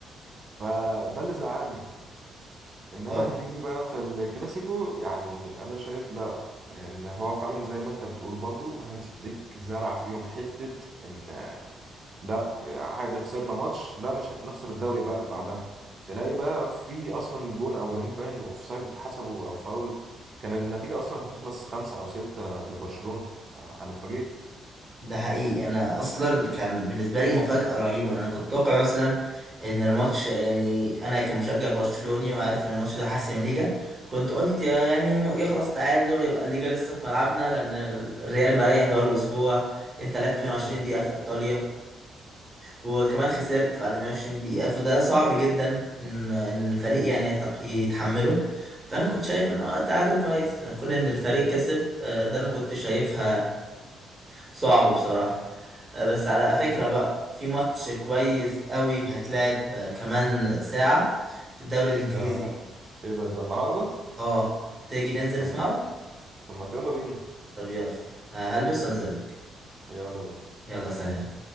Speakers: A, on the right; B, on the right.
A: فده اللي زعلني انما
B: اه،
A: هتيجي بقى في الكلاسيكو يعني انا شايف لا ان هو فعلا زي ما انت بتقول برضو هانس فليك زرع فيهم حتة ان لا عادي خسرنا ماتش لا مش هنخسر الدوري بقى بعدها تلاقي بقى في اصلا جون او جونين باين اوفسايد اتحسبوا او فاول كان النتيجة اصلا هتخلص خمسة او ستة لبرشلونة آه، انا اتفاجئت
B: ده حقيقي انا اصلا كان بالنسبة لي مفاجأة رهيبة انا كنت اتوقع مثلا ان الماتش يعني انا كمشجع برشلوني وعارف ان الماتش ده حاسم الليجا كنت قلت يا- يعني يخلص تعادل يبقى الليجا لسه في ملعبنا لان الريال مريح بقاله اسبوع انت لعبت
A: مهم.
B: 120 دقيقة في ايطاليا وكمان خسرت بعد 120 دقيقة فده صعب جدا ان ان فريق يعني يتق- يتحمله فانا كنت شايف ان اه التعادل كويس كون ان الفريق كسب آه، ده انا كنت شايفها صعب بصراحة آه، بس على فكرة بقى في ماتش كويس قوي هيتلعب آه، كمان ساعة في الدوري الانجليزي
A: ده ايه ده ده النهاردة
B: اه تيجي ننزل
A: طب
B: نسمعه
A: طب ما يلا بينا
B: طب يلا آه، هلبس وانزلك
A: يلا بينا
B: يلا سلام